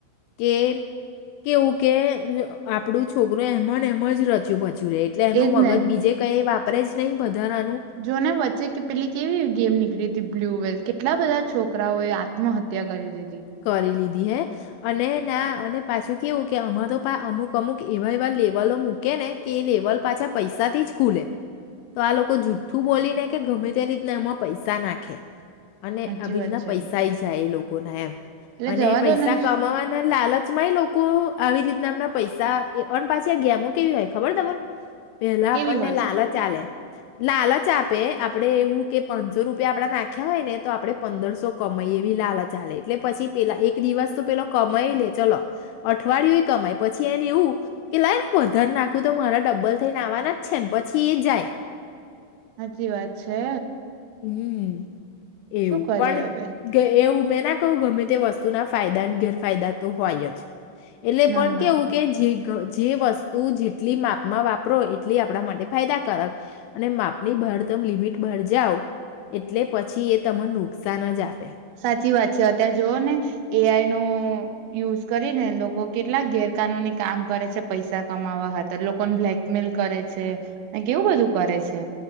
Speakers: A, on the left; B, on the right.
A: કે કેવું કે આપણું છોકરો એમ એમ જ રચ્યું પચ્યું જુએ એટલે એનું
B: એજ
A: મગજ
B: ને
A: બીજે કઈ વાપ આપે જ નહીં બધા
B: જો ને વચ્ચે કે પેલી કેવી ગેમ નીકળી બ્લુ વલ્થ કેટલા બધા છોકરાઓએ આત્મહત્યા કરી દીધી
A: કરી લીધ હે અને ના અને પાછું કેવું કે અમાં તો અમુક અમુક એવા એવા લેવલો મૂકે ને કે એ લેવલ પાછા પૈસાથી જ ખુલે તો આ લોકો જુઠું બોલી ને કે ગમે તે રીતના અમાં પૈસા નાખે અને
B: સાચી
A: આવી
B: વાત
A: રીતના
B: છે
A: પૈસા જાય એ લોકો ના એમ
B: એટલે
A: અને
B: જવા
A: પૈસા
B: દો ને
A: કમાવાના લાલચમાંય લોકો આવી રીતના એમના પૈસા અને પાછી આ ગેમો કેવી હોય ખબર તમને પેલા
B: કેવી
A: આપણને
B: હોય
A: લાલચ
B: છે
A: આવે લાલચ આપે આપડે એવું કે પાંચસો રૂપિયા આપડા નાખ્યા હોય ને તો આપડે પંદરસો કમાઈ એવી લાલચા લે એટલે પછી પેલા એક દિવસ તો પેલો કમાઈ લે ચલો અઠવાડિયુંય કમાય પછી એને એવું કે લ વધારે નાખું તો મારા ડબ્બલ થઈને આવવાના જ છે ને પછી એ જાય
B: સાચી વાત છે
A: હમ્મ એવું
B: શું કરી
A: પણ
B: હવે
A: કે એવું બલા કહું ગમે તે વસ્તુ ના ફાયદા અને ગેરફાયદા તો હોય જ એટલે
B: ના
A: પણ
B: ના
A: કેવું કે જી ઘ જે વસ્તુ જેટલી માપમાં વાપરો એટલી આપણા માટે ફાયદાકારક અને માપની ભરતમ લિમિટ ભર જાાવ એટલે પછી એ તને નુકસાન જ આપ
B: સાચી વાત છે અત્યાં જોઓ ને એઆઈ નો યુઝ કરીને લોકો કેટલાક ગેરકાનૂની કામ કરે છે પૈસા કમાવાાર લોકોને બ્લેકમેલ કરે છે અને કેવું બધું કરે છે